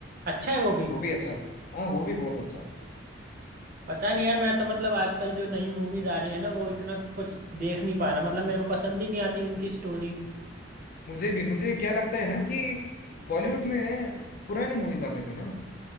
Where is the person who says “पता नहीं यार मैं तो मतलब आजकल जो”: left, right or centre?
Right